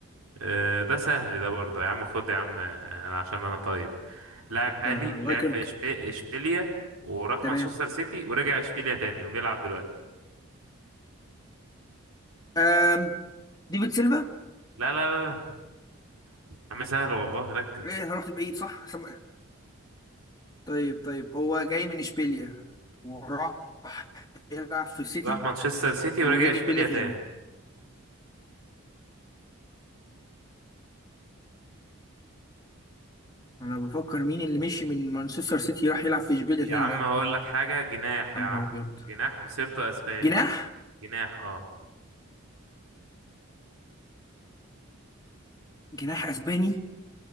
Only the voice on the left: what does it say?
يا الله
يكرمك
تمام
أم. ديفيد سيلفا
ايه انا رحت بعيد صح سم... طيب طيب هو جاي من اشبيليا وراح يلعب في سيتي
ورجع
اشبيليا تاني
انا بفكر مين اللي مشي من مانشستر سيتي راح يلعب في اشبيليا
تاني
ده
يا
نهار
ابيض
جناح
جناح اسباني